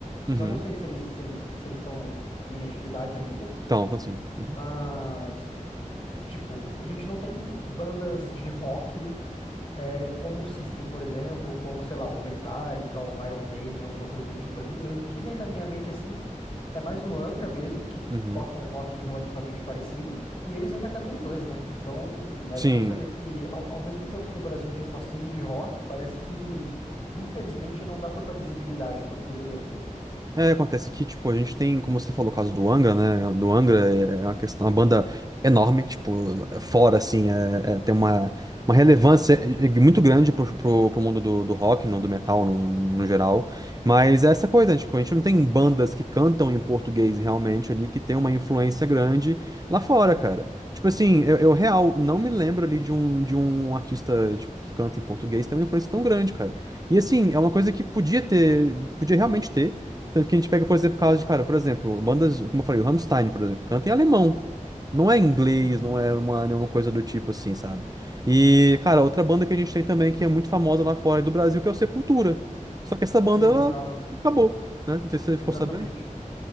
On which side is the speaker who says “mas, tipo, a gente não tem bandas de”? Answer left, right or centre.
Left